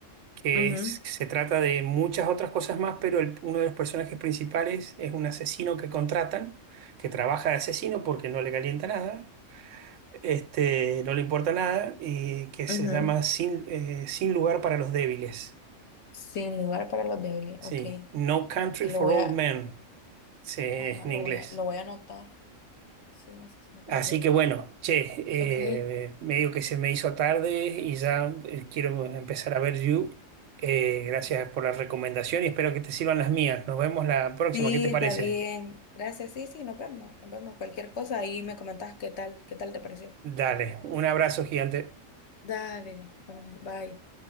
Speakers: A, on the right; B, on the left.
A: que
B: Ujú,
A: es- que se trata de muchas otras cosas más, pero el- uno de los personajes principales es un asesino que contratan, que trabaja de asesino porque no le calienta nada, este, no le importa nada, y que se
B: ujú.
A: llama Sin, eh, Sin lugar para los débiles.
B: Sin lugar para los débiles,
A: Sí,
B: ok.
A: No Country
B: Lo
A: for
B: voy
A: Old
B: a,
A: Men, se-
B: ajá,
A: en
B: lo
A: inglés.
B: voy a, lo voy a anotar. Sí, no sé si no para
A: Así
B: el débil.
A: que bueno, che,
B: Ok.
A: eh, medio que se me hizo tarde y ya eh, quiero empezar a ver You. Eh, gracias por la recomendación y espero que te sirvan las mías. Nos vemos la próxima,
B: Sí,
A: ¿qué te parece?
B: está bien. Gracias. Sí, sí, nos vemos. Nos vemos. Cualquier cosa ahí me comentas qué tal, qué tal te pareció.
A: Dale, un abrazo gigante.
B: Dale. Bueno, bye.